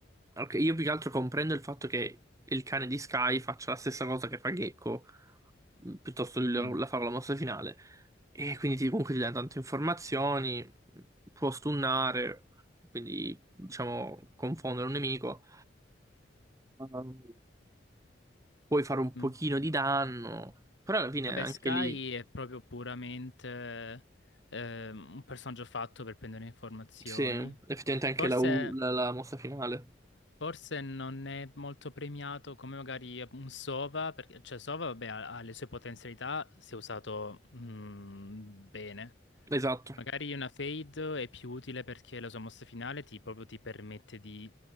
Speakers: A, on the right (about 20°); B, on the left (about 85°).
A: Ok, io più che altro comprendo il fatto che il cane di Sky faccia la stessa cosa che fa Gecko, mh, piuttosto il- la
B: Mm,
A: favola mossa finale. E quindi ti- comunque ti dà tante informazioni, mm, può stunnare, quindi diciamo confondere un nemico. Um, puoi fare un pochino
B: mm.
A: di danno, però alla fine
B: Vabbè,
A: anche
B: Sky
A: lì,
B: è proprio puramente eh, un personaggio fatto per prendere informazioni.
A: sì, effettivamente anche
B: Forse,
A: la, U- la- la mossa finale.
B: forse non è molto premiato come magari un Sova, perché cioè Sova, vabbè, ha, ha le sue potenzialità se usato mm, bene.
A: Esatto,
B: Magari una Fade è più utile perché la sua mossa finale ti, proprio ti permette di